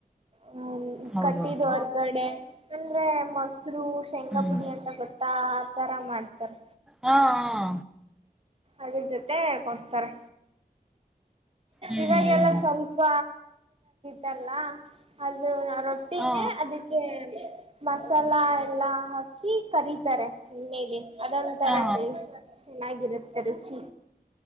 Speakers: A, on the right (about 40°); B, in the centre.
A: ಹ್ಮ್
B: ಹೌದೌದು
A: ಕಟ್ಟಿದ್ ಹೊರ್ಗಡೆ ಅಂದ್ರೆ ಮಸ್ತ್ ಹಸರು ಶೇಂಗಾ
B: ಹ್ಮ್
A: ಪುಡಿ ಅಂತ ಗೊತ್ತಾ ತರ ಮಾಡ್ತಾರೆ.
B: ಹಾ ಹಾ
A: ಅದರ ಜೊತೆ ಕೊಡ್ತಾರೆ
B: ಹ್ಮ್
A: ಇದಾಗೆಲ್ಲ ಸ್ವಲ್ಪ. ದಲ್ಲ ಅದು ರೊಟ್ಟಿನೇ
B: ಹಾ
A: ಅದಕ್ಕೆ ಮಸರು ಚಲ ಎಲ್ಲ ಹಾಕಿ ಕರೀತಾರೆ ಎಣ್ಣೇೆಗೆ. ಅದೊಂದು ತರ
B: ಹಾ ಹಾ
A: ಟೆನ್ಸ್ ಚೆನ್ನಾಗಿದೆ, ರುಚಿ